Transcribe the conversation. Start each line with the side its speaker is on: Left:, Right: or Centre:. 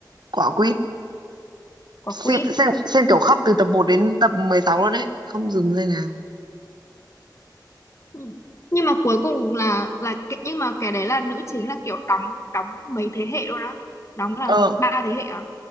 Right: quả quýt
Left: quả
Right: xem,
Left: quýt
Right: xem xem kiểu khóc từ tập một đến tập 16 luôn đấy không dừng giây nào
Left: Ừ. nhưng mà cuối cùng là là cái- nhưng mà cái đấy là nữ chính là kiểu đóng đóng mấy thế hệ luôn á đóng là
Right: ờ
Left: ba thế hệ à